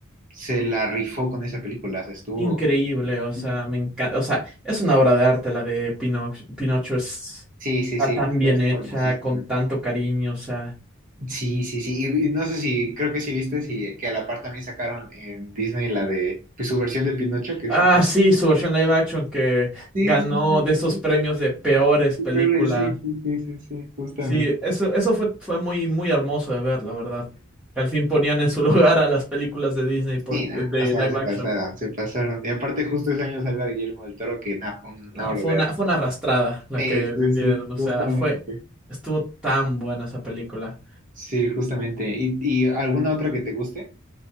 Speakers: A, on the right (about 40°); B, in the centre.
A: se la rifó con esa película, o sea, estuvo...
B: increíble, o sea,
A: Sí,
B: me encanta, o sea, es una obra de arte la de Pinocho, Pinocho es,
A: sí,
B: está
A: sí.
B: tan
A: Esto
B: bien
A: es
B: hecha,
A: hermosísimo.
B: con tanto cariño, o sea.
A: Sí, sí, sí. Y, y no sé si, creo que sí viste si, que a la par también sacaron en Disney la de pues, su versión de Pinocho, que es
B: Ah,
A: todo.
B: sí, su versión live action que
A: Sí,
B: ganó
A: sí, sí,
B: de esos
A: sí, sí,
B: premios de peores
A: sí,
B: películas
A: creo que sí, sí, sí, sí, sí, justamente.
B: Sí, eso, eso fue, fue muy, muy hermoso de ver, la verdad. Que al fin ponían en su <laughs> lugar a las películas de Disney por,
A: Sí, nada,
B: de
A: o sea,
B: live
A: se
B: action.
A: pasaron, se pasaron. Y aparte justo ese año salió de Guillermo del Toro, que nada, fue una
B: No,
A: obra
B: fue
A: de
B: una,
A: arte.
B: fue una arrastrada la
A: Sí,
B: que
A: sí,
B: les dieron.
A: sí,
B: O
A: justamente.
B: sea, fue, estuvo tan buena esa película.
A: Sí, justamente. ¿Y, y alguna otra que te guste?